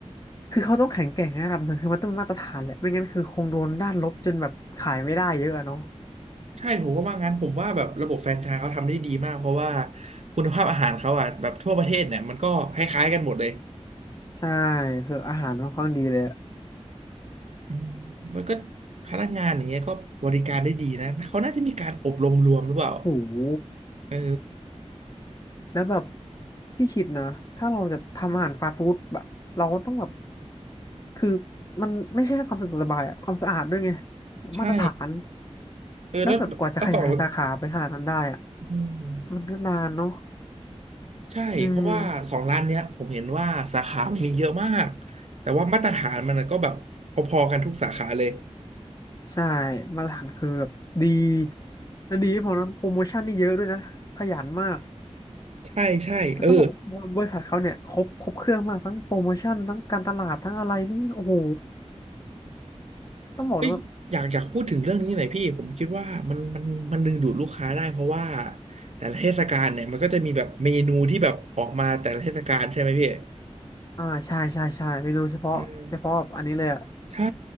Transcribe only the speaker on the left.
คือเขาต้องแข็งแกร่งในระดับหนึ่งคือมันต้องมีมาตรฐานแหละไม่งั้นคือคงโดนด้านลบจนแบบขายไม่ได้เยอะอะเนาะ
ใช่คืออาหารค่อนข้างดีเลยอะ
โอ้โห
แล้วแบบพี่คิดนะถ้าเราจะทำอาหารฟาสต์ฟู้ดแบบเราก็ต้องแบบคือมันไม่ใช่แค่ความสะดวกสบายอะความสะอาดด้วยไง
มาตรฐาน
แล้วแบบกว่าจะขยายสาขาไปขนาดนั้นได้อะ
มันก็นานเนาะ
อืม
ใช่มาตรฐานคือแบบดีและดีไม่พอนะโปรโมชั่นนี่เยอะด้วยนะขยันมาก
คือต้องบอกว่าบริษัทเขาเนี่ยครบครบเครื่องมากทั้งโปรโมชั่นทั้งการตลาดทั้งอะไรนี่โอ้โหต้องบอกเลยว่า
อ่าใช่ใช่ใช่เมนูเฉพาะเฉพาะอันนี้เลยอ่ะ